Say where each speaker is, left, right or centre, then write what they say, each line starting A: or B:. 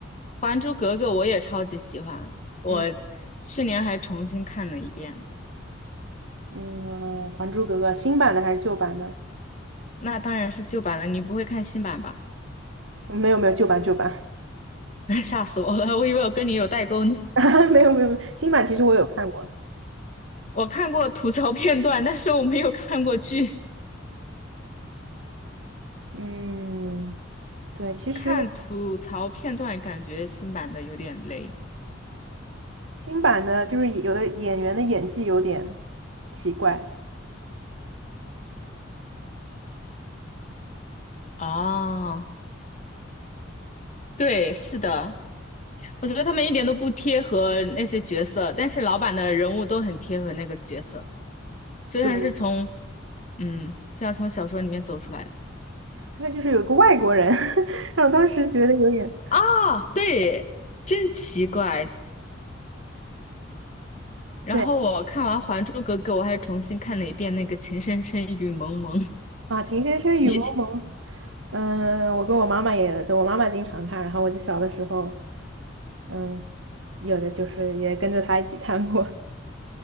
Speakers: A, on the left (about 35°); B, on the right (about 75°).
A: 《还珠格格》我也超级喜欢，我
B: 嗯
A: 去年还重新看了一遍。
B: 嗯，《还珠格格》新版的还是旧版的？
A: 那当然是旧版了，你不会看新版吧？
B: 没有没有，旧版旧版，
A: <laughs> 吓死我了，我以为我跟你有代沟呢。
B: <laughs> 没有没有没有，新版其实我有看过。
A: 我看过吐槽片段，但是我没有看过剧。
B: 嗯，对，其实
A: 看吐槽片段，感觉新版的有点雷。
B: 新版的就是有的演员的演技有点奇怪，
A: 哦，对，是的，我觉得他们一点都不贴合那些角色，但是老版的人物都很贴合那个角色，就像是从，
B: 对，
A: 嗯，就像从小说里面走出来的。
B: 还有就是有一个外国人，<laughs> 让我当时觉得有点。
A: 啊，对，真奇怪。然后我看完《还珠格格》，
B: 对。
A: 我还重新看了一遍那个《情深深雨蒙蒙》。
B: 啊，《情深深雨蒙蒙》，
A: 你
B: 嗯，我跟我妈妈也，就我妈妈经常看，然后我就小的时候，嗯，有的就是也跟着她一起看过，